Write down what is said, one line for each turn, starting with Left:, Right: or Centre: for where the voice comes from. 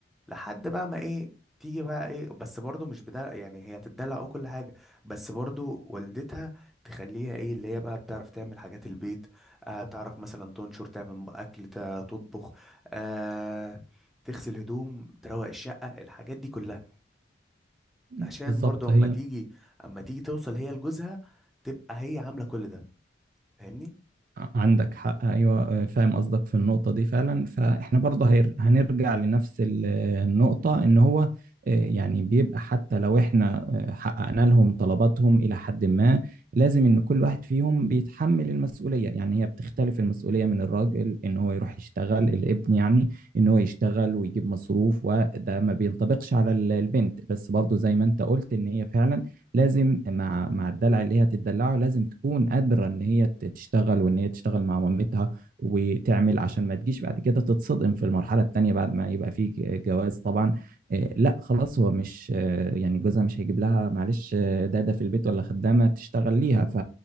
Centre: لحد بقى ما ايه تيجي بقى ايه بس برضو مش بدلع يعني هي تدلع او كل حاجه بس برضو والدتها تخليها ايه اللي هي بقى بتعرف تعمل حاجات البيت آه تعرف مثلا تنشر تعمل م- اكل ت- تطبخ آه تغسل هدوم تروق الشقه الحاجات دي كلها
Right: بالظبط
Centre: عشان برضو اما
Right: هي
Centre: تيجي اما تيجي توصل هي لجوزها تبقى هي عامله كل ده فاهمني
Right: عندك حق ايوه فاهم قصدك في النقطه دي فعلا فاحنا برضه هير- هنرجع لنفس ال- النقطه ان هو آه، يعني بيبقى حتى لو احنا آه، حققنا لهم طلباتهم الى حد ما لازم ان كل واحد فيهم بيتحمل المسؤوليه يعني هي بتختلف المسؤوليه من الراجل ان هو يروح يشتغل الابن يعني ان هو يشتغل ويجيب مصروف وده ما بينطبقش على ال- البنت بس برضه زي ما انت قلت ان هي فعلا لازم مع مع الدلع اللي هي هتدلعه لازم تكون قادره ان هي ت- تشتغل وان هي تشتغل مع مامتها وتعمل عشان ما تجيش بعد كده تتصدم في المرحله الثانيه بعد ما يبقى في ج- جواز طبعا آه، لا خلاص هو مش آه، يعني جوزها مش هيجيب لها معلش آه، داده في البيت ولا خدامه تشتغل ليها ف